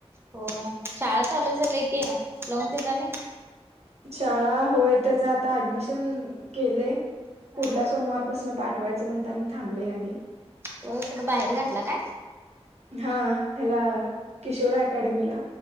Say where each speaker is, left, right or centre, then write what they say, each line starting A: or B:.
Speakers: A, on the right (about 20°); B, on the right (about 80°).
A: होय. शाळा चालू झाली की या. लावून दिला नाही?
B: शाळा? होय, त्याचं आता ऍडमिशन केलंय.
A: हा.
B: पुढल्या सोमवार पासनं पाठवायचं म्हणताना थांबलय आणि
A: होय, कुठं बाहेर घातला काय?
B: हा, ह्याला, किशोर अकॅडमीला